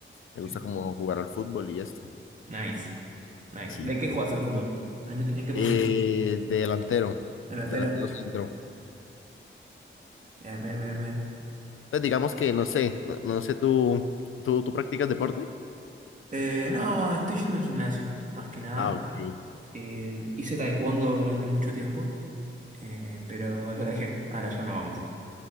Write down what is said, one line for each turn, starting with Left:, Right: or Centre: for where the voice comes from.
Left: Me
Right: Sí.
Left: gusta como jugar al fútbol y esto.
Right: Nice. Nice.
Left: Sí.
Right: ¿De qué juegas al fútbol? ¿En qué, en qué posición?
Left: Eh, de delantero,
Right: Delantero.
Left: delantero centro.
Right: Bien, bien, bien, bien.
Left: Pues digamos que no sé, no, no sé, ¿tú, tú, tú practicas deporte?
Right: Eh, no, estoy yendo al gimnasio, más que nada.
Left: Ah, ok.
Right: Eh, hice taekwondo durante mucho tiempo, eh, pero lo dejé. Ahora ya no hago más.